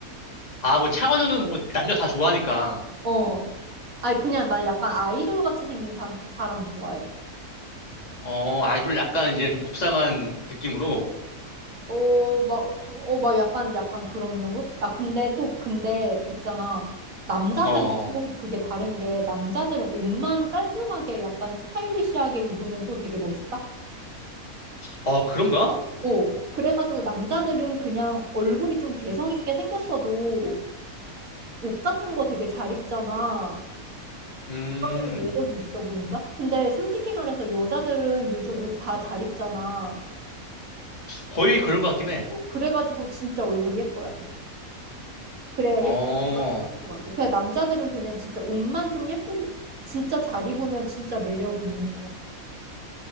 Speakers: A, on the left; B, on the right.
A: 아, 뭐 창원우는 뭐 남녀 다 좋아하니까.
B: 어. 아니 그냥 나 약간 아이돌 같이 생긴 사, 사람 좋아해.
A: 어, 아이돌 약간 이제 좀 곱상한 느낌으로.
B: 어, 막, 어, 막 약간, 약간 그런 정도? 야, 근데 또, 근데 있잖아. 남자들은
A: 어, 어,
B: 또
A: 어.
B: 그게 다른 게, 남자들은 옷만 깔끔하게 약간 스타일리시하게 입으면 또 되게 멋있다?
A: 어, 그런가?
B: 어, 그래가지고 남자들은 그냥 얼굴이 좀 개성 있게 생겼어도 옷 같은 거 되게 잘 입잖아.
A: 음,
B: 하는 매력이 있어 보인다? 근데 솔직히 말해서 여자들은 요즘 옷 다 잘 입잖아.
A: 거의 그런 것 같긴 해.
B: 어, 그래가지고 진짜 얼굴이 예뻐야 돼. 그래야
A: 어,
B: 예쁜 것 같아. 그냥 남자들은 그냥 진짜 옷만 좀 예쁘게, 진짜 잘 입으면 진짜 매력이 있는 것 같아.